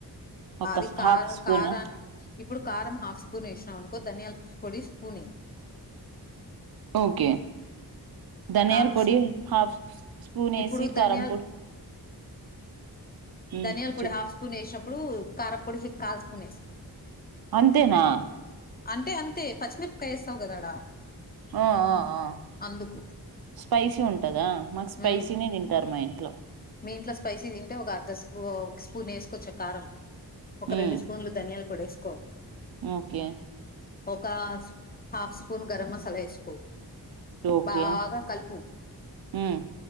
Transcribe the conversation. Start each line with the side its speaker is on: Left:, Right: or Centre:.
Right: ఒక
Left: అది కారు
Right: హాఫ్ స్పూనా
Left: కారన్ ఇప్పుడు కారం హాఫ్ స్పూన్ వేసినాం అనుకో ధనియాల పొడి స్పూనే
Right: ఓకే ధనియాల్
Left: ఆ కారం
Right: పొడి హాఫ్ స్ స్ స్పూన్ వేసి
Left: ఇప్పుడు
Right: కారం
Left: ధనియాల్
Right: పొడి ఉమ్
Left: ధనియాల పొడి
Right: చెప్పు
Left: హాఫ్ స్పూన్ వేసినప్పుడు కారపొడి కాల్ స్పూన్ వేస్కో
Right: అంతేనా
Left: అంటే అంతే పచ్చిమిరపకాయ వేస్తావు కదాడా
Right: ఆ ఆ ఆ
Left: అందుకు
Right: స్పైసీ ఉంటదా మాకు స్పైసీనే
Left: హ్మ్
Right: తింటారు మా ఇంట్లో
Left: మీ ఇంట్లో స్పైసీస్ తింటే ఒక అర్ధ స్పూ ఒక స్పూన్ వేసుకోవచ్చు కారం ఒక
Right: ఉమ్
Left: రెండు స్పూన్లు ధనియాలు పొడివేసుకో
Right: ఓకే
Left: ఒకాస్ హాఫ్ స్పూన్ గరం మసాలా వేసుకో
Right: ఓకే
Left: బాగా కలుపు
Right: ఉమ్